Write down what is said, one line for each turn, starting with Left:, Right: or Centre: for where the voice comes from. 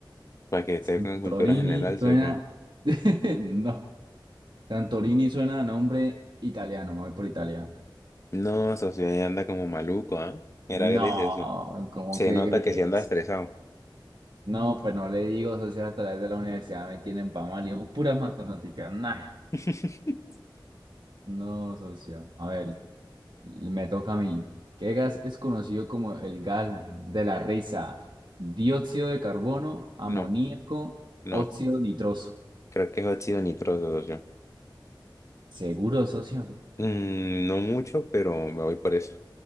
Left: Para que
Right: Santorini
Left: tengan cultura general,
Right: suena.
Left: socio.
Right: <laughs> No. Santorini suena a nombre italiano, me voy por Italia.
Left: No, socio, ya anda como maluco, ¿ah? Era
Right: No,
Left: Grecia, socio.
Right: ¿cómo
Left: Se
Right: que
Left: nota que
Right: crees?
Left: sí anda estresado.
Right: No, pues no le digo, socio, a través de la universidad me tienen pa' mal, yo, puras matemáticas, nah.
Left: <laughs>
Right: No, socio. A ver, me toca a mí. ¿Qué gas es conocido como el gas de la risa? Dióxido de carbono, amoníaco,
Left: No, no.
Right: óxido nitroso.
Left: Creo que es óxido nitroso, socio.
Right: ¿Seguro, socio?
Left: Mm, no mucho, pero me voy por eso.